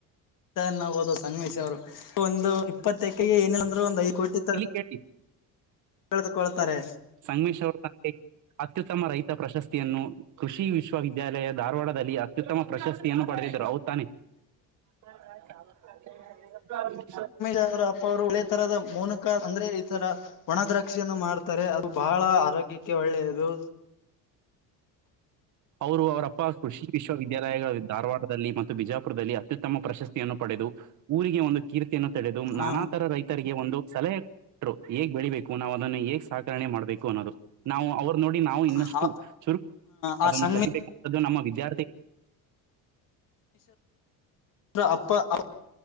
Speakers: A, on the left (about 55°); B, on the right (about 50°).
A: ನ ಹೋದು ಸಂನ್ಮೇಶ್ ಅವರು ಒಂದು ಇಪ್ಪತ್ತ ಎಕೆಗೆ ಏನಂದ್ರರು ಒಂದು ಐದುಟಿ ತ
B: ಕೆಟಿ
A: ತಿಳಿದುಕೊಳ್ತಾರೆ
B: ಸಂಮೇಶ್ ಅವರ ತಂದೆ ಅತ್ಯುತ್ತಮ ರೈತ ಪ್ರಶಸ್ತಿಯನ್ನು ಕೃಷಿ ವಿಶ್ವವಿದ್ಯಾಲಯ ಧಾರವಾಡದಲ್ಲಿ ಅತ್ಯುತ್ತಮ ಪ್ರಶಸ್ತಿಯನ್ನು ಪಡೆದಿದ್ರು ರೌ ತಾನೆ <unintelligible>
A: ಅವ ಅಪ್ಪ ಅವರು ಒಳ್ಳೆ ತರದ ಮೌನಕ ಅಂದ್ರೆ ಈ ತರ ಒಣ ದ್ರಾಕ್ಷಿಯನ್ನು ಮಾಡ್ತಾರೆ ಅದು ಬಹಳ ಆರೋಗ್ಯಕ್ಕೆ ಒಳ್ಳೆಯದು
B: ಅವರು ಅವರಪ್ಪ ಕೃಷಿ ವಿಶ್ವವಿದ್ಯಾಲಯಗಳ ಧಾರವಾಡದಲ್ಲಿ ಮತ್ತು ಬಿಜಾಪುರದಲ್ಲಿ ಅತ್ಯುತ್ತಮ ಪ್ರಶಸ್ತಿಯನ್ನು ಪಡೆದು ಊರಿಗೆ ಒಂದು ಕೀರ್ತಿಯನ್ನು ತಡೆದು
A: ಹ
B: ನಾನಾ ತರ ರೈತ ರಿಗೆ ಒಂದು ಸಲಹೆ ಕೊಟ್ಟರು ಹೇಗ್ ಬೆಳಿಬೇಕು ನಾವು ಅದನ್ನು ಹೇಗ್ ಸಾಕಣೆ ಮಾಡ್ಬೇಕು ಅನ್ನೋದು ನಾವು ಅವ್ರ ನೋಡಿ ನಾವು ಇನ್ನಷ್ಟು
A: ಹ
B: ಚುರುಕ
A: ಆ
B: ಅದನ್ನ
A: ಸಂಗಮೇಶ್
B: ಕಲಿಬೇಕಂತದ್ದು ನಮ್ಮ ವಿದ್ಯಾರ್ಥಿ
A: ಅವ ಅಪ್ಪ